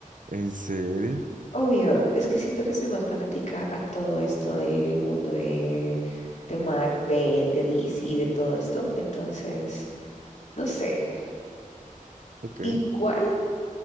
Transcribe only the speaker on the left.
Obvio, es que siento que soy más fanática a todo esto del mundo de, de Marvel, de DC, de todo esto. Entonces, no sé.
Igual